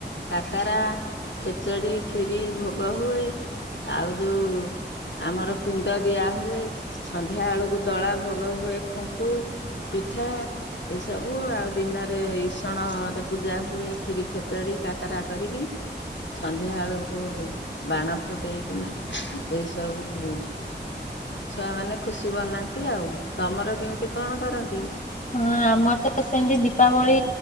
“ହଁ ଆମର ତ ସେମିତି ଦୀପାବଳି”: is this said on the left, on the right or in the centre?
Left